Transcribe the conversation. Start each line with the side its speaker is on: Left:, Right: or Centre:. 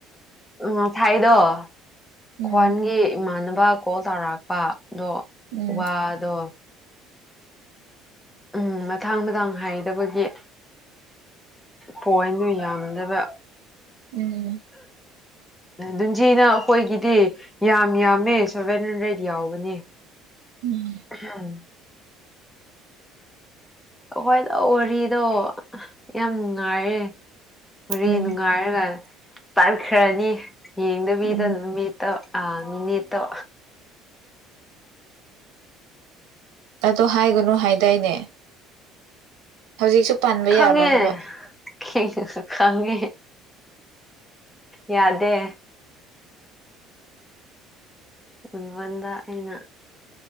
Centre: ꯎ ꯊꯥꯏꯗ <inaudible>
Right: ꯎꯝ
Centre: ꯈ꯭ꯋꯥꯟꯒꯤ ꯏꯃꯥꯟꯅꯕ ꯀꯣꯜ ꯇꯧꯔꯛꯄ ꯑꯗꯣ
Right: ꯎꯝ
Centre: ꯋꯥꯗꯣ ꯎꯝ ꯃꯊꯥꯡ ꯃꯊꯥꯡ ꯍꯥꯏꯗꯕꯒꯤ ꯄꯣꯏꯟꯗꯨ ꯌꯥꯝꯗꯕ
Right: ꯎꯝ
Centre: ꯎꯝ ꯟꯖꯤꯅ ꯑꯩꯈꯣꯏꯒꯤꯗꯤ ꯌꯥꯝ ꯌꯥꯝꯃꯦ ꯁꯦꯚꯦꯟ ꯍꯟꯗ꯭ꯔꯦꯗ ꯌꯥꯎꯕꯅꯦ
Right: ꯎꯝ
Centre: ꯎꯝ ꯑꯩꯈꯣꯏꯅ ꯋꯥꯔꯤꯗꯣ ꯌꯥꯝꯉꯥꯏꯔꯦ ꯃꯔꯤ
Right: ꯎꯝ
Centre: ꯅꯨꯡꯉꯥꯏꯔꯒ ꯇꯥꯏꯈ꯭ꯔꯅꯤ ꯌꯦꯡꯗꯕꯤꯗ
Right: ꯎꯝ
Centre: ꯅꯨꯃꯤꯠ <inaudible> ꯃꯤꯃꯤꯇꯣ
Right: ꯑꯗꯣ ꯍꯥꯏꯒꯅꯨ ꯍꯥꯏꯗꯥꯏꯅꯦ ꯍꯧꯖꯤꯛꯁꯨ ꯄꯥꯟꯕ
Centre: ꯈꯪꯉꯦꯁꯨ
Right: ꯌꯥꯕ꯭ꯔꯥ ꯍꯥꯏꯕ
Centre: <inaudible> ꯈꯪꯉꯦ ꯌꯥꯗꯦ ꯃꯉꯣꯟꯗ ꯑꯩꯅ